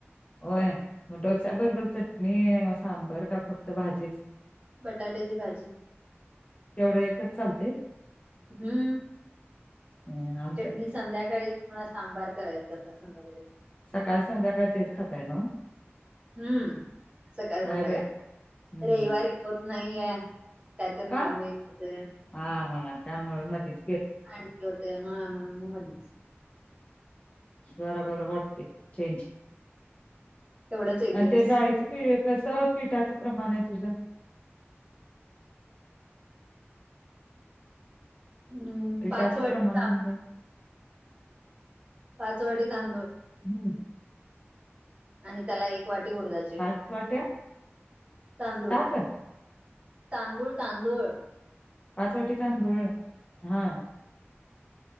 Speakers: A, on the left; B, on the right.
A: होय मग डोच्या बरोबर चटणी सांबर का फक्त भाजी.
B: बटाट्याची भाजी.
A: तेवढं एकच चालते.
B: हम्म
A: हम्
B: चटणी संध्याकाळी किंवा सांबार करायचं आ संध्याकाळी.
A: सकाळ संध्याकाळ तेच खातय ना.
B: हम्म सकाळ
A: होय
B: संध्याका
A: बाई हम्म
B: रविवारीत. नाहीय कायत Non
A: का?
B: veg.
A: हा हा त्यामुळे मजच.
B: आणखी होते हा म्हणून मच.
A: बराबर वाटते चेंज.
B: तेवढंच एक
A: आणि
B: दिवस
A: ते डाळीचं पी कस पिठाच प्रमाण आहे तुजन.
B: हम्म
A: पिठाचं
B: पाच वाटेचा.
A: प्रमाण म्हणलं
B: पाच वाटी तांदूळ.
A: हम्म
B: आणि त्याला एक वाटी उडायची.
A: पाच वाट्या.
B: तांदूळ
A: ताक
B: तांदूळ तांदूळ.
A: पाचवटी धुळ हा.